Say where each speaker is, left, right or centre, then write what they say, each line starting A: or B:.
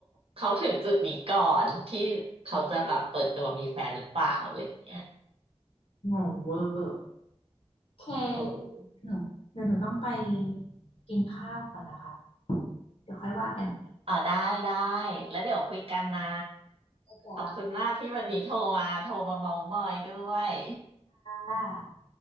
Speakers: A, on the right; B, on the left.
A: เขาถึงจุดนี้ก่อนที่เขาจะแบบเปิดตัวมีแฟนหรือเปล่าอะไรเงี้ย
B: งงเวอร์โอเค
A: เออ
B: หนูเดี๋ยวหนูต้องไปกินข้าวก่อนนะคะเดี๋ยวค่อยว่ากันใหม่
A: อ๋อได้ได้แล้วเดี๋ยวคุยกันนะ
B: จ้
A: ขอบคุณมากที่วันนี้โทรมาโทรมาเมามอยด้วย
B: า